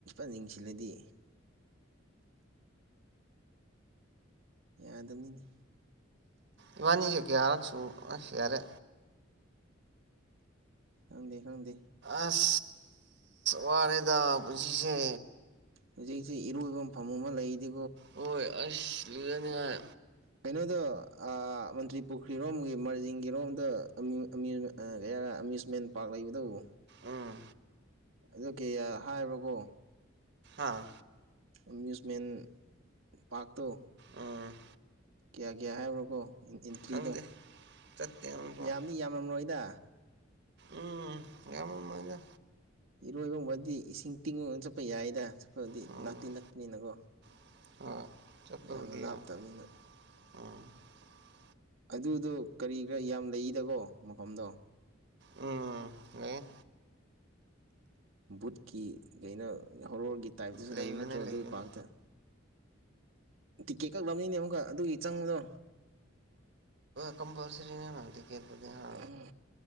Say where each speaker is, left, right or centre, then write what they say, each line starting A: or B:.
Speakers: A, on the right; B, on the right.
A: ꯌ‌ꯦꯡꯁꯤꯜꯂꯗꯤ ꯌꯥꯗꯕꯅꯤꯅꯤ
B: ꯏꯕꯥꯅꯤꯁꯦ ꯀꯌꯥꯔꯛꯁꯨ ꯌꯥꯔꯦ
A: ꯈꯪꯗꯦ ꯈꯪꯗꯦ
B: ꯑꯁ ꯋꯥꯔꯦꯗ ꯄꯨꯟꯁꯤꯁꯦ
A: ꯍꯧꯖꯤꯛꯁꯤ ꯏꯔꯣꯏꯕ ꯃꯐꯝ ꯑꯃ ꯂꯩꯗꯤ
B: ꯍꯣꯏ ꯑꯁ ꯂꯨꯖꯅꯤꯅꯨꯡꯉꯥꯏ
A: ꯀꯩꯅꯣꯗꯣ ꯃꯟꯇ꯭ꯔꯤꯄꯨꯈ꯭ꯔꯤꯔꯣꯝꯒꯤ ꯃꯥꯔꯖꯤꯡꯒꯤꯔꯣꯝꯗ‌ꯣ ꯑꯃꯌꯨꯁ ꯀꯩ ꯍꯥꯏꯔꯦ ꯑꯃ꯭ꯌꯨꯁꯃꯦꯟ ꯄꯥꯔꯛ ꯂꯩꯕꯇꯕꯨ
B: ꯎꯝ
A: ꯑꯗꯨ ꯀꯌꯥ ꯍꯥꯏꯕ꯭ꯔꯣꯀꯣ
B: ꯑꯥ
A: ꯑꯦꯃꯤ꯭ꯌꯨꯁꯃꯦꯟ ꯄꯥꯔꯛ ꯇꯣ
B: ꯎꯝ
A: ꯀꯌꯥ ꯀꯌꯥ ꯍꯥꯏꯕ꯭ꯔꯣꯀꯣ ꯑꯦꯟꯇ꯭ꯔꯤꯗꯣ
B: ꯈꯪꯗꯦ ꯆꯠꯇꯦ ꯑꯃꯐꯥꯎ
A: ꯌꯥꯝꯗꯤ ꯌꯥꯝꯔꯝꯔꯣꯏꯗ
B: ꯎꯝ ꯌꯥꯝꯃ ꯃꯖ
A: ꯏꯔꯣꯏꯕꯕꯗꯤ ꯏꯁꯤꯡ ꯇꯤꯡꯉꯒꯅ ꯆꯠꯄ ꯌꯥꯏꯗ ꯆꯠꯄꯗꯤ
B: ꯎꯝ
A: ꯅꯥꯛꯇꯤ ꯅꯛꯄꯅꯤꯅꯀꯣ
B: <unintelligible>
A: ꯌꯥꯝꯅ
B: ꯌꯥꯏ
A: ꯂꯥꯞꯇꯕꯅꯤꯅ
B: ꯎꯝ
A: ꯑꯗꯨꯗꯣ ꯀꯔꯤꯔꯥ ꯌꯥꯝ ꯂꯩꯔꯤꯗꯀꯣ ꯃꯐꯝꯗꯣ
B: ꯎꯝ ꯂꯩ
A: ꯕꯨꯠꯀꯤ ꯀꯩꯅꯣ ꯍꯣꯔꯣꯔꯒꯤ ꯇꯥꯏꯞꯇꯨꯁꯨ
B: ꯂꯩꯕꯅꯦ
A: ꯂꯩꯕ ꯅꯠꯇ꯭ꯔꯣ
B: ꯂꯩꯕꯅꯦ
A: ꯑꯗꯨꯒꯤ ꯄꯥꯛꯔꯇ‌ꯣ ꯇꯤꯛꯀꯦꯠ ꯀꯛꯂꯕꯅꯤꯅꯦ ꯑꯃꯨꯛꯀ ꯑꯗꯨꯒꯤ ꯆꯪꯕꯗꯣ
B: ꯀꯝꯄꯜꯁꯔꯤꯅꯦꯅ ꯇꯤꯀꯦꯠꯄꯨꯗꯤ ꯍꯥ
A: ꯎꯝ